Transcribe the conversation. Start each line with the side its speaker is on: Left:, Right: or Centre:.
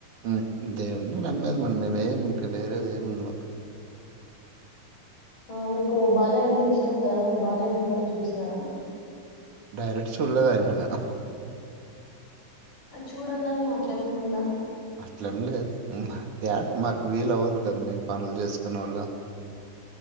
Right: ఉ దే ఉరకనే నమ్మది మనము మేం మేది ఏం ముందుము
Left: ఆ మీకు బాలయ్య అంటే ఇష్టం కదా మరి బాలయ్యని ఎప్పుడైనా చూసినారా
Right: డైరెట్ చులేదండి <unintelligible>
Left: ఆ చూడల్లని అట్ల ఏమన్న ఉంద
Right: అట్లేం లేదు మా మాక్యాడ మాకి వీలు అవ్వాలి కదా మెం పండ్లు చేసుకునేళ్ళు